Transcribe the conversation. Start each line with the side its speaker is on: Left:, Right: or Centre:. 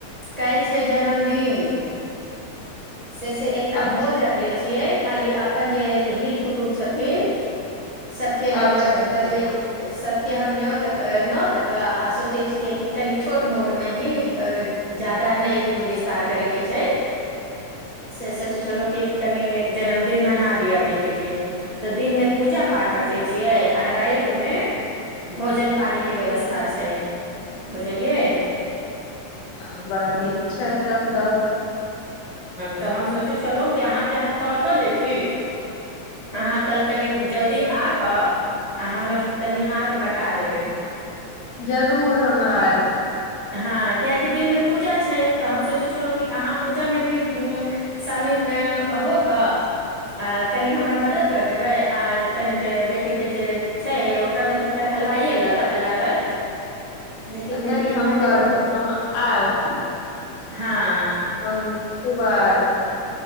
Right: काल्हि छै जन्मदिन से से एकटा भोज
Left: अच्छ-
Right: रखले छियै खाली अपन जे हित कुटुम्ब छथिन सबके हम
Left: अच्छा
Right: बज
Left: ठीक,
Right: बजबै सब के हम न तक न्योतक आ सोचै छियै कि कनि छोट मोटमे ही जादा नइ विस्तार करयके छै से सोचै छलौ कि कनि जन्मदिन मना दिया बेटी के तऽ दिन मे पूजा पाठ रखले छियै आ राति मे भोजन पानी के व्यवस्था छै बुझलियै
Left: आ बड़ा नीक छै तब तऽ
Right: त हम सोचै छलहुँं अहाँके हम कॉल क दै छी अहाँ कल् कनि जल्दी आ कऽ आ हमर तनि हाथ बटा देबय
Left: जरूर हम आयब
Right: हँ कियकि दिनमे पूजा छै तऽ हम सोचै छलहुँ कि अहाँ पूजामे भी शामिल हो कऽ आ कनि हमर मदद कर देबै आ कनिक बेटीके जे छै ओकरामे तऽ खैर हलवाइए ल लागत लेकिन फिरी
Left: नहि
Right: भी
Left: नहि
Right: इम्हर
Left: हम कर
Right: के तो
Left: देब हम आयब
Right: हँ
Left: हम सुबह आयब